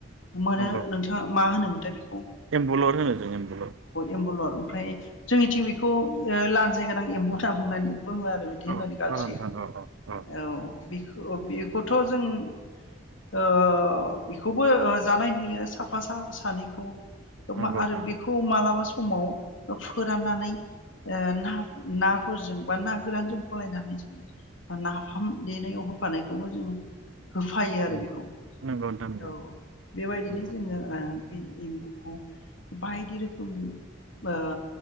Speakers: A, on the left; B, on the right.
A: मोनो
B: नंगौ
A: नोंथाङा मा होनोमोन? दा बिखौ
B: एम्बुलर होनो जों एम्बुलर
A: एम्बुलर ओमफ्राय जोंनिथिं बेखौ ओ लानजायगोनां एम्बौ होना बुंनानै बुङो आरो बिदि होननानै
B: औ
A: गाज्रियो।
B: औ नोंथां औ औ औ
A: औ बेखौथ' जों ओ बेखौबो जानाय नुयो साफा सा सानैखौ
B: नंगौ
A: आरो
B: नोंथां
A: बेखौ
B: नंगौ
A: मालाबा सम समाव फोराननानै ओ ना नाफोरजों बा ना गोरानजों फलायनानै जोङो बा नाफाम देनायाव होफानायखौबो जों होफायो आरो
B: नंगौ
A: बेखौ
B: नंगौ नोंथां नंगौ
A: औ बेबायदिनो
B: नंगौ
A: जोङो ओ बे एम्बुखौ बायदि रोखोम ओ